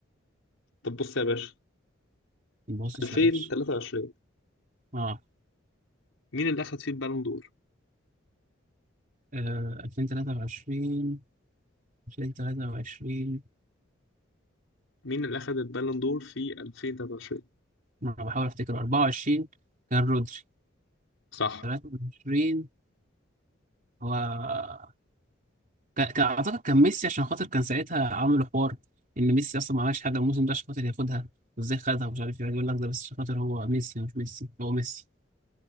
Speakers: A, on the left; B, on the right.
A: طب بص يا باشا
B: بص
A: 2023
B: يا باشا آه
A: مين اللي أخد فيه البالون دور؟
B: آه، 2023 2023
A: مين اللي أخد البالون دور في 2023؟
B: أنا بحاول أفتكر 24 كان رودري
A: صح
B: 23 هو ك- كان اعتقد كان ميسي عشان خاطر كان ساعتها عملوا حوار ان ميسي اصلا ما عملش حاجه الموسم ده عشان خاطر ياخدها وازاي خدها ومش عارف ايه يقول لك ده بس عشان خاطر هو ميسي مش ميسي هو ميسي